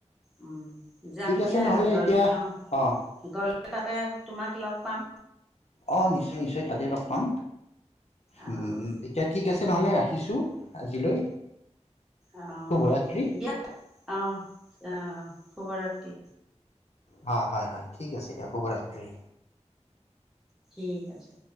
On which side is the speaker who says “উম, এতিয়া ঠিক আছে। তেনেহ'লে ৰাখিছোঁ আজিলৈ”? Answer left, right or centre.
Left